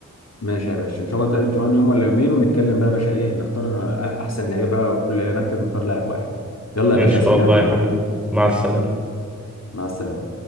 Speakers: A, on the left; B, in the centre.
A: ماشي يا باشا ان شاء الله نتقابل كمان يوم ولا يومين ونتكلم بقى يا باشا ايه نختار آه، احسن لعيبه بقى كل مركز نختار لاعب واحد يلا
B: ان
A: يا باشا
B: شاء
A: عايز حاجه
B: الله يا حبيبي مع السلامه
A: مع السلامه